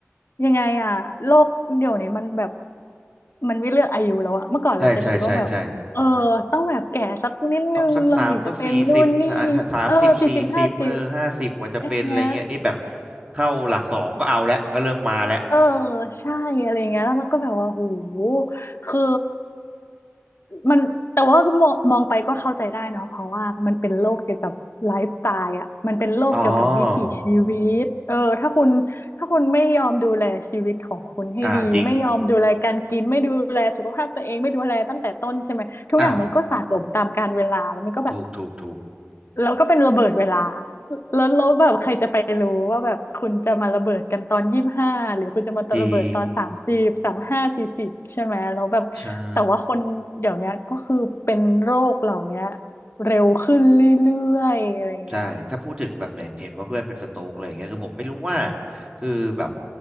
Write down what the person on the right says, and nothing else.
ใช่ใช่ใช่ใช่
ต้องสักสามสักสี่สิบสามสิบสี่สิบเออห้าสิบกว่าจะเป็นอะไรเงี้ยนี่แบบ
เข้าหลักสองก็เอาแล้วก็เริ่มมาแล้ว
อ๋อ
อ่าจริงอ่าถูกถูกถูก
จริงใช่
ใช่ถ้าพูดถึงแบบเห็นเห็นว่าเพื่อนเป็นสโตรกอะไรอย่างเงี้ยคือผมไม่รู้ว่าคือแบบ